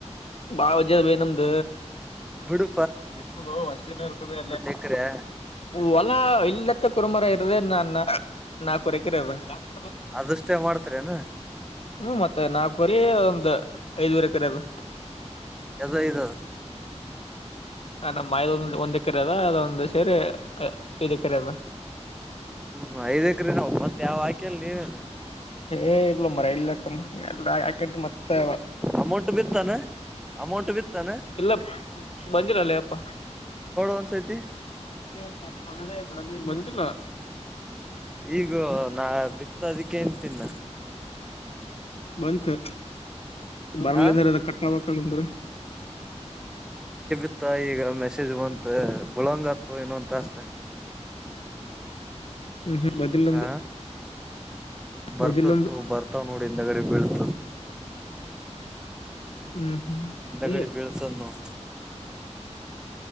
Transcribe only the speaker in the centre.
ಹಡು
ಎಕ್ರೆ
ಅದಷ್ಟೇ ಮಾಡ್ತಾರ ನು
ಯದೋ ಇದು
ಹ್ಮ್ ಐದಕ್ರೀ ನಾವು ಮತ್ತೆ ಯಾವ ಆಕ್ಯಲ್ಲಿ ನೀವೇನು
ಅಮೌಂಟ್ ಬಿತ್ತಾನ ಅಮೌಂಟ್ ಬಿತ್ತಾನ
ಕನ್ ಸತಿ <inaudible>
ಈಗ ನಾ ಬಿತದಕ್ಕೆನ್ ತಿನ್ನ
ಆ
ಮತ್ತ ಈಗ ಮೆಸೇಜ್ ಬಂತ ಬಳಂಗತ್ತು ಏನು ಅಂತ ಅಸ್ತೆ
ಹ ಬರ್ತತ್ತು
ಬರ್ತಾವ್ ನೋಡಿ ಹಿಂದಗಡೆ ಬೀಳ್ತದ
ಹಿಂದಗಡೆ
ಬೀಳ್ತದ್ ನೋಡ್